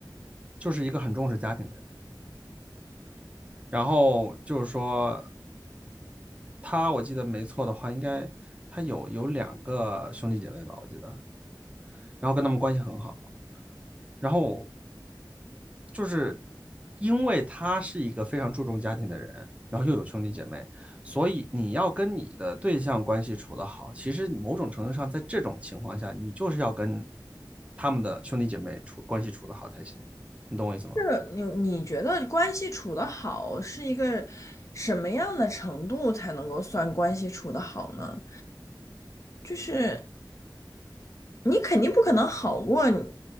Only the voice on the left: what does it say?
是你你觉得关系处得好是一个什么样的程度才能够算关系处得好呢？就是你肯定不可能好过你